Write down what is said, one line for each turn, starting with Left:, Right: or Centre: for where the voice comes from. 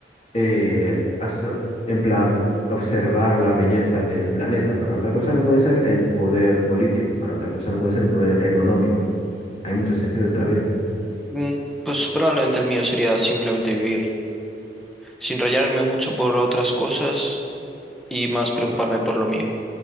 Left: eh, astro- en plan, observar la belleza del planeta. Para otra persona puede ser el poder político, para otra persona puede ser el poder económico. Hay muchos sentidos de la vida.
Centre: Mm, Pues probablemente el mío sería simplemente vivir, sin rayarme mucho por otras cosas y más preocuparme por lo mío.